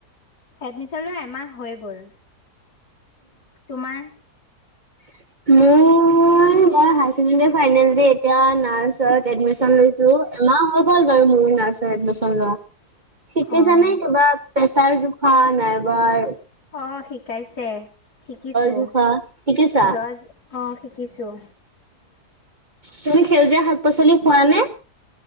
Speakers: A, on the left (about 75°); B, on the right (about 35°).
A: এডমিশন ল এমাহ হৈ গ'ল তোমাৰ
B: <unintelligible> শিকেছা নাই ক বাত প্ৰেছাৰ
A: অ',
B: জোখা নাইবাৰ
A: অ শিকাইছে শিকিছো
B: জোখা শিকিছা?
A: য অ শিকিছোঁ
B: তুমি সেউজীয়া শাক পাচলি খোৱাানে